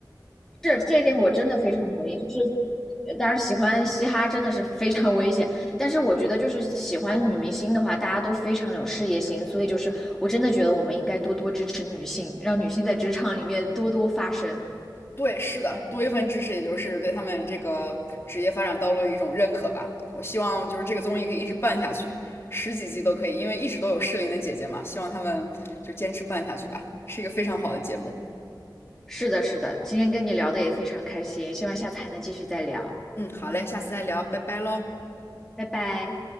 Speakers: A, in the centre; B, on the left.
A: 是这一点我真的非常同意，就是当然喜欢嘻哈真的是非常危险，但是我觉得就是喜欢女明星的话，大家都非常有事业心，所以就是我真的觉得我们应该多多支持女性，让女性在职场里面多多发声。
B: 对，是的，多一份支持，也就是对他们这个职业发展道路的一种认可吧。我希望就是这个综艺可以一直办下去，十几集都可以，因为一直都有适龄的姐姐嘛，希望她们就坚持办下去吧，是一个非常好的节目。
A: 是的，是的，今天跟你聊的也非常开心，希望下次还能继续再聊，
B: 嗯，好嘞，下次再聊，拜拜喽。
A: 拜拜。